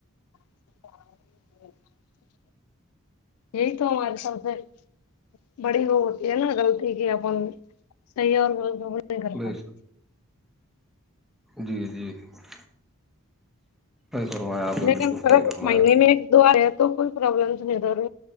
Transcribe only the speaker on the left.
ہ <unintelligible> یہی تو ہمارے س سے <unintelligible> بڑی وہ ہوتی ہے نا غلطی کی اپن صحیح اور غلط نہیں کر
پاتے
<unintelligible>
لیکنر
مہینے میں ایک دو آیا <unintelligible> تو کوئی پرابلمس نہیں ادھر